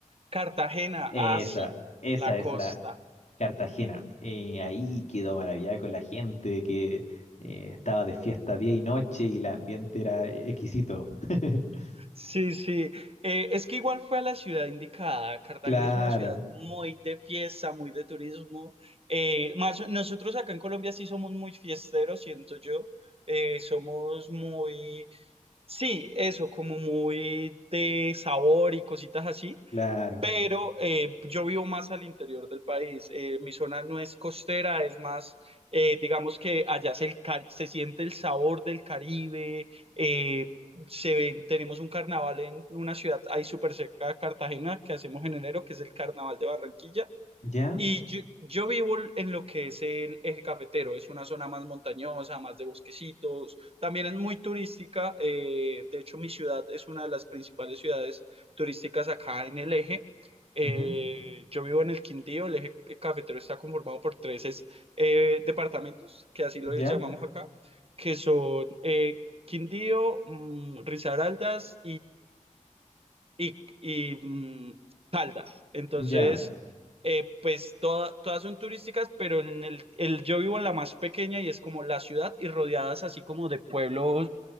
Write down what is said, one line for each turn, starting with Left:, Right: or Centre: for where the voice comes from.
Right: Cartagena,
Left: Esa,
Right: ah, sí,
Left: esa
Right: la
Left: es
Right: costa.
Left: la, Cartagena. Eh, ahí quedó maravillada con la gente que eh, estaba de fiesta día y noche y el ambiente era eh, exquisito. <laughs>
Right: Sí, sí. Eh, es que igual fue a la ciudad indicada. Cartagena
Left: Claro,
Right: es una ciudad muy de fiesta, muy de turismo. Eh, más, nosotros acá en Colombia sí somos muy fiesteros, siento yo. Eh, somos muy Sí, eso, como muy de sabor y cositas así,
Left: claro.
Right: pero eh, yo vivo más al interior del país. eh, mi zona no es costera, es más, eh, digamos que allá se, el ca- se siente el sabor del Caribe. eh, se ven, tenemos un carnaval en una ciudad ahí súper cerca de Cartagena que hacemos en enero, que es el Carnaval de Barranquilla.
Left: ¿Ya?
Right: Y yo, yo vivo en lo que es el eje cafetero, es una zona más montañosa, más de bosquecitos, también es muy turística, eh, de hecho mi ciudad es una de las principales ciudades turísticas acá en el eje. Eh,
Left: Ujú,
Right: yo vivo en el Quindío, el eje cafetero está conformado por tres es- eh, departamentos, que así
Left: ¿Ya?
Right: los llamamos acá, que son eh, Quindío, mm, Risaraldas y, y, mm, Caldas. Entonces,
Left: ¿Ya?
Right: eh, pues toda- todas son turísticas, pero en el, el- yo vivo en la más pequeña y es como la ciudad y rodeadas así como de pueblos